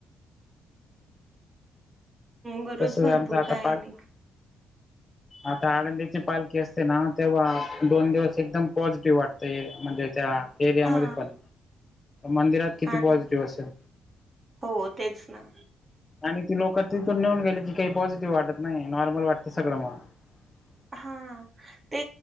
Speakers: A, on the right; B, on the left.
A: बरच
B: तसच
A: भरपूर
B: आमचा आता
A: काय
B: पाल.
A: आणि
B: आता आळंदीची पालखी असते ना तेव्हा दोन दिवस एकदम पॉझिटिव्ह वाटत म्हणजे त्या एरियामध्ये
A: हा
B: पण मंदिरात किती
A: हा ना
B: पॉझिटिव्ह असेल.
A: हो तेच ना.
B: आणि ती लोक तिथून नेऊन गेली की काही पॉझिटिव्ह वाटत नाही नॉर्मल वाटत सगळं मग ह.
A: हा ते